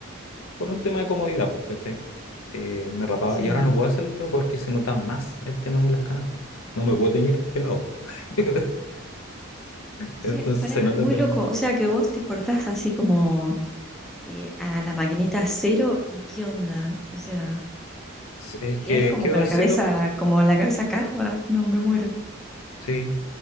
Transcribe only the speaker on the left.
por
un tema de comodidad, pues, ¿cachai? Eh, me rapaba.
Y ahora no puedo hacerlo porque se nota más el tema de las canas, pues. No me puedo teñir pelado. <laughs>
Entonces
se nota
apenas.
Es
que
quedo
al cero,
sí,